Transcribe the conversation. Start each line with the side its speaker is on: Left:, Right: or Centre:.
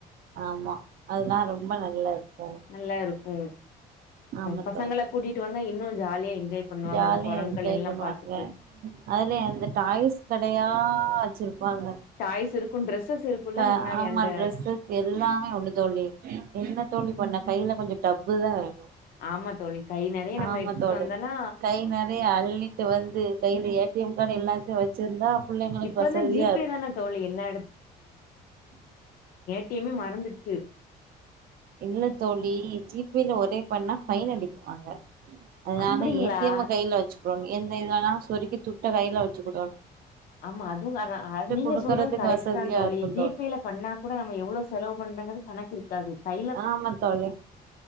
Right: ஆமா அதெல்லா ரொம்ப நல்லாருக்கு
Left: நல்லா இருக்கும்
Right: ஆமா
Left: பசங்கள
Right: தோழி
Left: கூட்டிட்டு வந்தா இன்னும் ஜாலியா என்ஜாய் பண்ணுவாங்க
Right: ஜாலியா
Left: அந்த குரங்குகள்
Right: என்ஜாய்
Left: எல்லாம்
Right: பண்ணுவாங்க
Left: பாத்துட்டு
Right: அதுல அந்த டாய்ஸ் கடையா வெச்சுருப் பாங்க
Left: டாய்ஸ் இருக்கும் டிரெஸ்ஸஸ் இருக்கும்ல
Right: அ
Left: முன்னாடி
Right: ஆமா
Left: அந்த
Right: ட்ரெஸு எல்லாமே ஒண்ணு தோழி என்ன தோழி பண்ண கையில கொஞ்ச டப்புதா வேணு
Left: ஆமா தோழி கை நெறைய நம்ம
Right: ஆமா
Left: எடுத்துட்டு
Right: தோழி
Left: வந்தனா
Right: கை நெறைய அள்ளிட்டு வந்து கையில ஏ டி எம் கார்டு எல்லாத்தையு வெச்சுருந்தா புள்ளங்களுக்கு
Left: இப்பதா
Right: வசதியா
Left: ஜிபே
Right: இருக்கு
Left: தானே தோழி எல்லா ஏ டி எம்யே மறந்துருச்சு
Right: இல்ல தோழி ஜிப்பேல ஒ ஒரே பண்ணா ஃபைனல் எப்டி போவாங்க அதனால
Left: அப்டிங்களா
Right: ஏ டி எம்ம கையில வெச்சுக்கணு எந்த இதுலனா சொருகி தூக் ட கையில வெச்சுக்குடுவாங்க
Left: ஆமா அதுவு கரா அ நீங்க
Right: குடுக்கறதுக்கு
Left: சொல்றதும் கரெக்டுதா
Right: வசதியா
Left: தோழி
Right: இருக்கு
Left: ஜிபேல பண்ணா கூட நம்ம எவ்ளோ செலவு பண்றங்குறது கணக்கு இருக்காது கை
Right: ஆமா தோழி